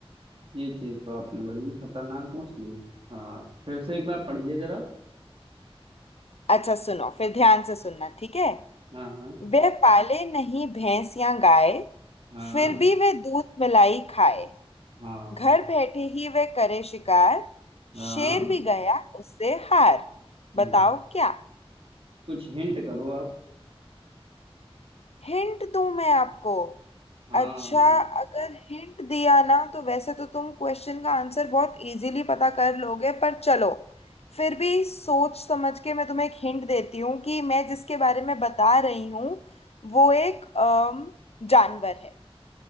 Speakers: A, on the right; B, on the left.
A: ये चीज तो आपने बड़ी खतरनाक पूछ ली हाँ फिर से एक बार पढ़िए जरा
B: अच्छा सुनो फिर ध्यान से सुनना ठीक है
A: हाँ हाँ
B: वह पाले नहीं भैंस या गाय
A: हाँ
B: फिर भी वह दूध मिलाई खाए
A: हाँ
B: घर बैठे ही वह करे शिकार
A: हाँ
B: शेर भी गया उससे हार
A: हाँ
B: बताओ क्या
A: कुछ हिंट करो आप
B: हिंट दूं मैं आपको
A: हाँ
B: अच्छा
A: हाँ
B: अगर हिंट दिया ना तो वैसे तो तुम क्वेश्चन का आंसर बहुत इजीली पता कर लोगे पर चलो फिर भी सोच समझ के मैं तुम्हें एक हिंट देती हूँ कि मैं जिसके बारे में बता रही हूँ वो एक अम, जानवर है